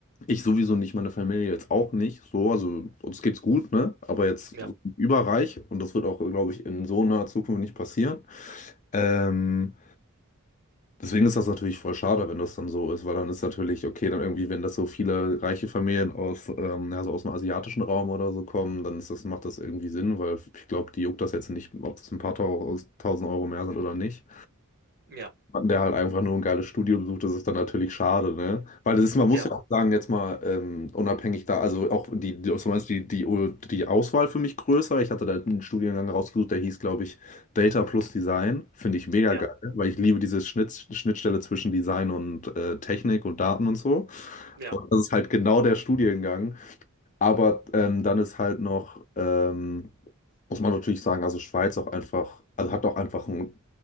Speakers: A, on the left; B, on the right.
A: ich sowieso nicht, meine Familie jetzt auch nicht. So, also uns geht's gut, ne? Aber jetzt
B: ja,
A: überreich und das wird auch, glaube ich, in so naher Zukunft nicht passieren. Ähm, deswegen ist das natürlich voll schade, wenn das dann so ist, weil dann ist natürlich, okay, dann irgendwie, wenn das so viele reiche Familien aus, ähm, also aus dem asiatischen Raum oder so kommen, dann ist das, macht das irgendwie Sinn, weil ich glaube, die juckt das jetzt nicht, ob das ein paar tau- tausend Euro mehr sind oder nicht.
B: ja,
A: Mann, der halt einfach nur ein geiles Studio besucht, das ist dann natürlich schade, ne? Weil das ist, man
B: ja,
A: muss ja auch sagen, jetzt mal ähm, unabhängig da, also auch die, die, zum Beispiel die, die, die Auswahl für mich größer. Ich hatte da einen Studiengang rausgesucht, der hieß, glaube ich, Data plus Design. Finde ich mega
B: ja,
A: geil, weil ich liebe diese Schnitt, Schnittstelle zwischen Design und äh, Technik und Daten und so.
B: ja,
A: Und das ist halt genau der Studiengang, aber ähm, dann ist halt noch, ähm, muss man natürlich sagen, also Schweiz auch einfach, also hat auch einfach ein,